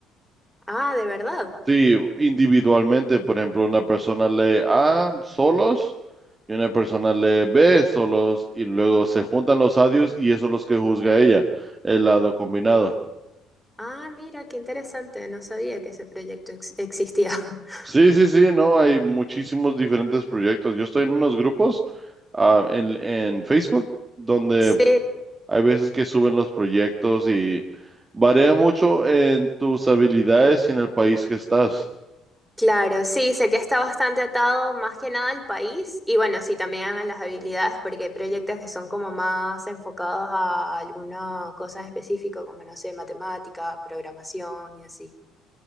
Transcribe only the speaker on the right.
Sí, individualmente, por ejemplo, una persona lee A solos y una persona lee B solos y luego se juntan los audios y eso es los que juzga ella, el lado combinado.
Sí, sí, sí, no, hay muchísimos diferentes proyectos. Yo estoy en unos grupos ah, en, en Facebook donde
Hay veces que suben los proyectos y varía mucho en tus habilidades y en el país que estás.